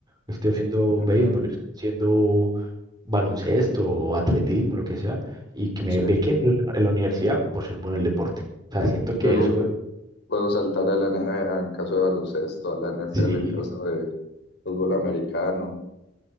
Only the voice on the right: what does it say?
estoy haciendo
béisbol, estoy haciendo baloncesto, atletismo, lo que sea, y que me
bequen en la en la universidad por ser bueno en el deporte. O sea, siento
que eso,
sí,